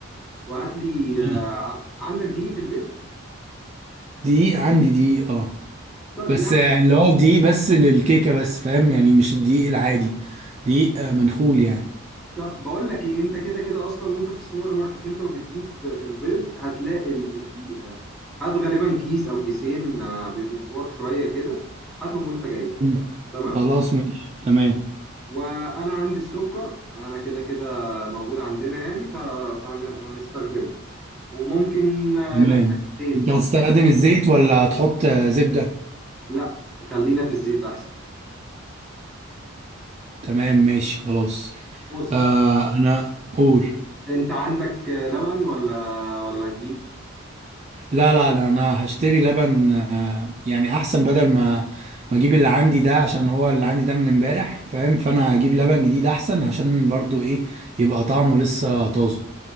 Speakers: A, in the centre; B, on the right.
A: وهات لي
B: <laughs>
A: آه ع- عندك دقيق في البيت
B: دقيق عندي دقيق اه
A: طب
B: بس
A: يا عم
B: آه، اللي هو الدقيق بس للكيكة بس فاهم يعني مش الدقيق العادي دقيق آه، منخول يعني
A: طب بقول لك ايه انت كده كده اصلا وانت في السوبر ماركت انت وبتجيب البيض هتلاقي ال- الدقيق ده هات غالبا كيس او كيسين آه، بيبقوا كبار شويه كده هاتهم وانت جاي
B: مم.
A: تمام
B: خلاص ماشي تمام
A: وانا عندي السكر انا كده كده موجود عندنا يعني فهنستخدمه وممكن آه،
B: تمام
A: نحتاج الزيت
B: انت
A: صح
B: هتستخدم الزيت ولا هتحط آه، زبدة
A: لا خلينا في الزيت احسن
B: تمام ماشي خلاص
A: بص
B: آه انا قول
A: انت عندك آه، لبن ولا ولا تجيب
B: لا لا لا انا هشتري لبن آه يعني احسن بدل ما ما اجيب اللي عندي ده عشان هو اللي عندي ده من امبارح فاهم فانا هجيب لبن جديد احسن عشان برضو ايه يبقى طعمه لسه طازه